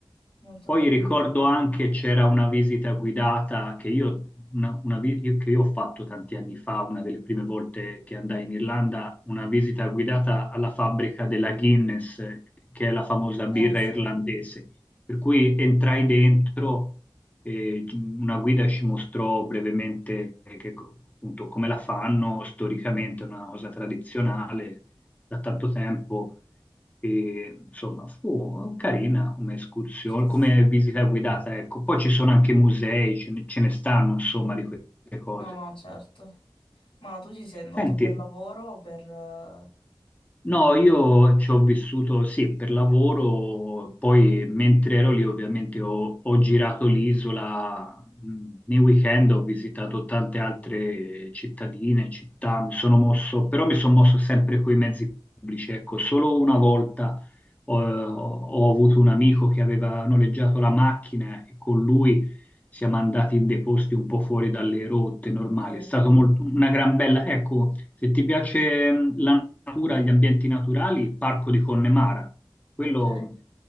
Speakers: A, on the left; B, on the left.
A: molto
B: Poi
A: bello.
B: ricordo anche c'era una visita guidata che io, una- una vi- io- che io ho fatto tanti anni fa, una delle prime volte che andai in Irlanda, una visita guidata alla fabbrica della Guinness, eh, che è la famosa birra
A: Eh, sì.
B: irlandese. Per cui entrai dentro e una guida ci mostrò brevemente che co- appunto come la fanno storicamente, una cosa tradizionale da tanto tempo. E, insomma, fu carina come escursione,
A: Sì,
B: come
A: sì.
B: visita guidata, ecco. Poi ci sono anche musei, ce ne, ce ne stanno, insomma, di queste cose.
A: No, no, certo. Ma tu ci sei andato
B: Senti,
A: per lavoro o per... eh,
B: No, io ci ho vissuto sì per lavoro, poi mentre ero lì ovviamente ho, ho girato l'isola, mh, nei weekend ho visitato tante altre cittadine, città, mi sono mosso, però mi sono mosso sempre con i mezzi pubblici, ecco, solo una volta ho, ho avuto un amico che aveva noleggiato la macchina e con lui siamo andati in dei posti un po' fuori dalle rotte normali,
A: Ok,
B: è stato molto, una gran bella, ecco. Se ti piace mm, la natura, gli ambienti naturali, il parco di Connemara. Quello
A: ok,
B: mm,